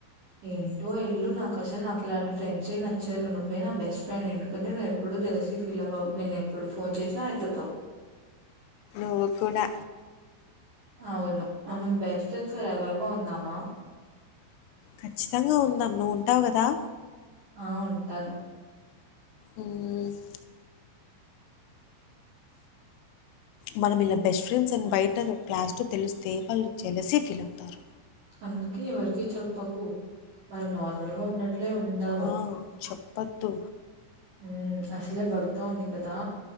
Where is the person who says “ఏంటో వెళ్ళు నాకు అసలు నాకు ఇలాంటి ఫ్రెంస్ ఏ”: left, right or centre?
Right